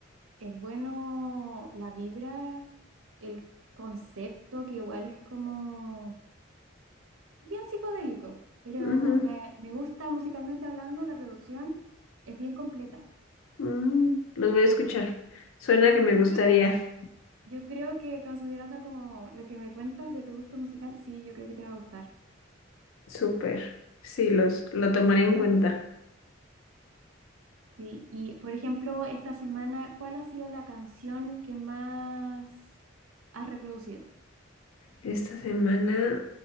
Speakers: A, on the right (about 85°); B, on the left (about 80°).
A: Es bueno la vibra, el concepto, que igual es como bien psicodélico, pero
B: ujú,
A: me, me gusta musicalmente hablando, la producción es bien completa.
B: mm, los voy a escuchar. Suena
A: Y Bueno,
B: que me
A: yo
B: gustaría.
A: creo, yo creo que considerando como lo que me cuentas de tu gusto musical, sí, yo creo que te va a gustar.
B: Súper. Sí, los, lo tomaré en cuenta.
A: Sí, y por ejemplo, esta semana, ¿cuál ha sido la canción que más has reproducido?
B: Esta semana,